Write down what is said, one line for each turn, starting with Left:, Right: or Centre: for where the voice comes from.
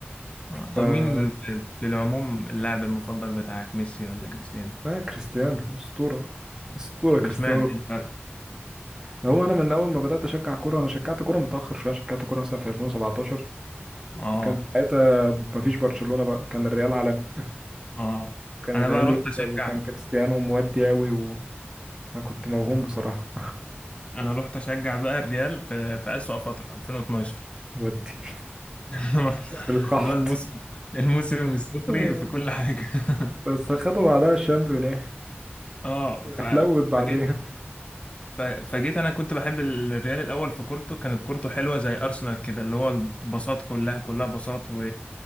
Left: اه
Right: ف
Left: طب مين في العموم اللاعب المفضل بتاعك ميسي ولا كريستيانو
Right: لا كريستيانو أسطورة أسطورة
Left: طب
Right: كريستيانو
Left: اشمعنى
Right: رونالدو.
Left: إيه الفرق
Right: هو أنا من أول ما بدأت أشجع كورة أنا شجعت كورة متأخر شوية شجعت كورة مثلا في 2017
Left: اه
Right: كان ساعتها مفيش برشلونة بقى كان الريال عالمي
Left: اه
Right: كان
Left: انا
Right: الريال
Left: بقى رحت
Right: يكسب
Left: اشجع
Right: وكان كريستيانو مودي أوي وأنا كنت موهوم بصراحة
Left: انا رحت اشجع بقى الريال في في اسوأ فترة 2012
Right: ودي
Left: <laughs>
Right: <laughs> في القحط
Left: اللي هو الموسم الموسم الصفري
Right: آه،
Left: في كل حاجة <laughs>
Right: بس خدوا بعدها الشامبيون
Left: اه ف...
Right: حلوت بعدين
Left: فجيت ف... فجيت انا كنت بحب الريال الاول في كورته كانت كورته حلوة زي ارسنال كده اللي هو الباصات كلها كلها باصات و